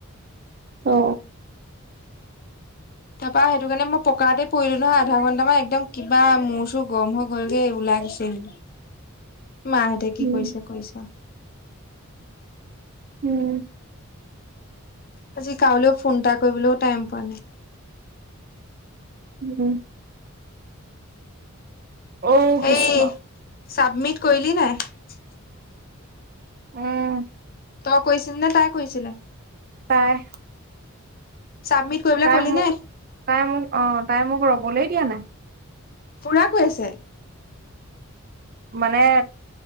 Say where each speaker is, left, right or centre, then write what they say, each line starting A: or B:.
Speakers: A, on the right; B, on the left.
A: অ।
B: তাৰ পৰাা সেইটো কাৰণে মই পকাতে পৰিলো নহয় আধা ঘন্টা মান একদম কিবা মোৰ-চুৰ গম হৈ গলগে ওলাই গৈছে আহিলো। মাহঁতে কি
A: উম
B: কৰিছে কৰিছে।
A: উম।
B: আজি কাউলৈও ফোন এটা কৰিবলৈও টাইম পোৱা নাই।
A: উম। অ
B: হেই
A: কৃষ্ণ।
B: চাবমিট কৰিলি নে নাই?
A: উম।
B: তই কৈছিল নে তাই কৈছিলে?
A: তাই।
B: চাবমিট কৰিবলৈ
A: তাই
B: কলি
A: মোক,
B: নে
A: তাই মোক অ তাই মোক ৰবলৈ দিয়া নাই।
B: ফুৰা কৈ আছে।
A: মানে